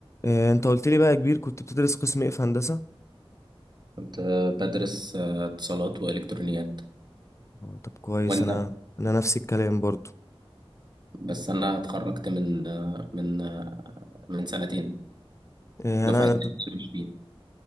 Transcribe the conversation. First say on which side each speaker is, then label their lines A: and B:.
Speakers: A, on the left; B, on the right.
A: إيه، انت قلت لي بقى يا كبير كنت بتدرس قسم ايه في هندسة
B: كنت بدرس اتصالات وإلكترونيات
A: اه طب كويس
B: وأنت
A: انا انا نفس الكلام برضو
B: بس أنا اتخرجت من من من سنتين
A: إيه،
B: دفعة
A: انا
B: 2020